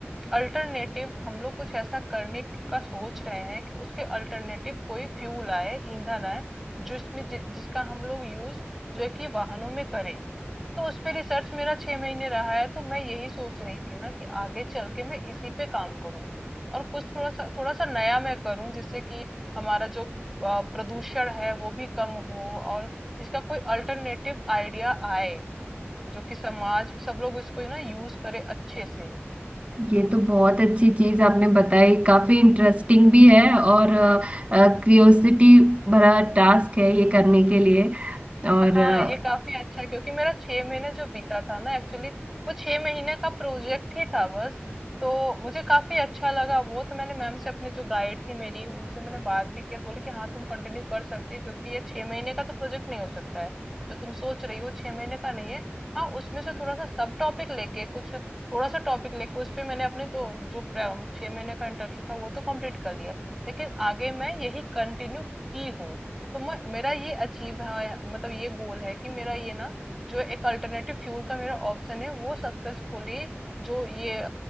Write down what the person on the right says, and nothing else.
ये तो बहुत अच्छी चीज आपने बताई काफी इंटरेस्टिंग भी है और क्रियोसिटी भरा टास्क है ये करने के लिए और
अ,